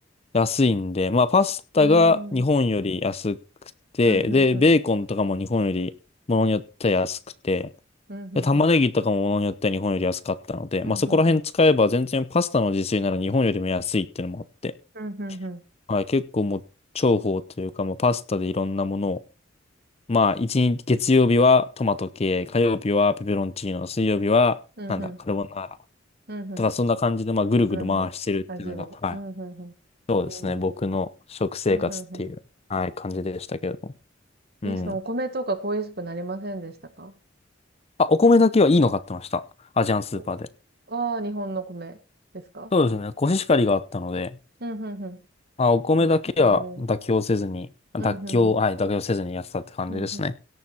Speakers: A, on the left; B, on the right.
A: 安いんで、まあパスタが日本より安くて、
B: うん。うん。うんうんうん。
A: で、ベーコンとかも日本よりものによっては安くて、
B: うんうんうん。
A: で、玉ねぎとかもものによっては日本より安かったので、
B: うんうんうん。
A: まあそこら辺使えば全然パスタの自炊なら日本よりも安いっていうのもあって、
B: うんうんうん。
A: はい、結構もう重宝というか、もうパスタでいろんなものを、まあ一日、月曜日はトマト系、火曜日はペペロンチーノ、水曜日はなんだ、
B: うんうん。
A: カルボナーラ
B: うんうん。
A: とかそんな感じでまあぐるぐる回してるっていうのが、
B: なるほど。あじオ。
A: はい
B: うんうんうん。
A: そうですね。
B: えー、
A: 僕の食生活っていう、
B: うんうんうん。
A: はい、感じでしたけれども。うん。
B: え、そのお米とか恋しくなりませんでしたか
A: あ、お米だけはいいの買ってました。アジアンスーパーで。
B: お、ああー、日本の米ですか
A: そうですね。コシヒカリがあったので、
B: うんうんうん。
A: まあ、お米だけは妥協せずに、
B: いやね
A: 妥協、
B: うん、うん、うん。
A: はい、妥協せずにやってたって感じですね。
B: うん、